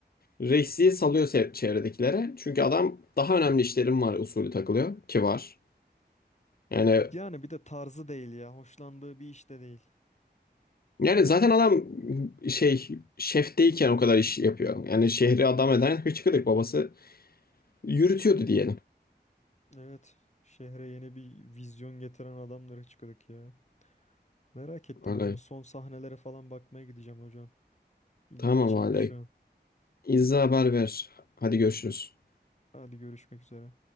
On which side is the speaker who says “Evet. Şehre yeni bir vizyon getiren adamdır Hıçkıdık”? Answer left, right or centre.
Left